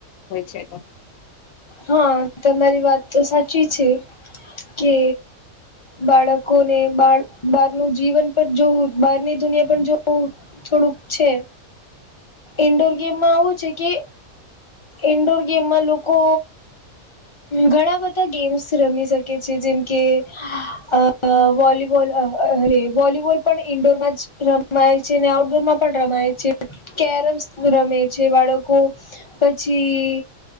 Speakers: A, on the left; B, on the left.
A: હોય છે એ
B: હા તમારી વાત સાચી છે કે બાળકોને બ બહારનું જીવન પણ જો બહારની દુનિયા પણ જો થોડુંક છે ઇન્ડોર ગેમમાં આવું છે કે ઇન્ડોર ગેમ લોકો ઘણા બધા ગેમ્સ રમી શકે છે જેમ કે અ વોલીબોલ અરે વોલીબોલ પણ ઈન્ડોરમાં જ રમાય છે ને આઉટડોરમાં પણ રમાય છે કેરમ રમે છે બાળકો પછી